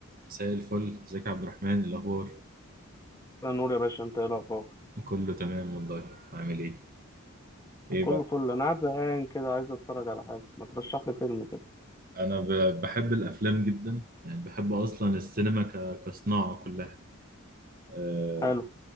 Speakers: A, on the right (about 45°); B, on the left (about 15°).
A: مساء الفل ازيك يا عبد الرحمن إيه الاخبار
B: لا نور يا باشا انت ايه الاخبار
A: كله تمام والله عامل ايه ايه
B: كله
A: بقى
B: فل انا قاعد زهقان كده عايز اتفرج على حاجه ما ترشح لي فيلم كده
A: انا ب- بحب الافلام جدا يعني بحب اصلا السينما ك... كصناعه كلها آه
B: حلو